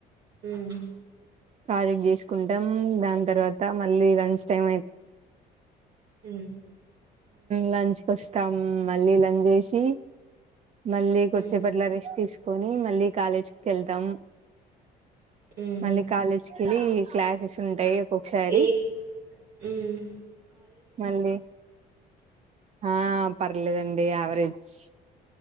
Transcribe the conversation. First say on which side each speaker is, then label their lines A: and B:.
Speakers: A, on the right; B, on the right.
A: ఉమ్
B: ప్రాజెక్ట్ చేసుకుంటాం దాన్ తర్వాత మళ్ళీ లంచ్ టైం
A: ఉమ్
B: లోచ్కోస్తాం మళ్ళీ లంచ్ చేసి! మళ్ళీ కోచే
A: మ్మ్
B: పట్ల రెస్ట్ తీసుకు పోని మళ్ళీ కాలేజ్ కి వెళ్తాం.
A: హ్మ్
B: మల్లి కాలేజ్ కెల్లి. క్లాసెస్ ఉంటాయి. ఒక్కొక్కసారి
A: ఏ ఉమ్.
B: మళ్ళీ ఆ పర్లేదండి యావరేజ్.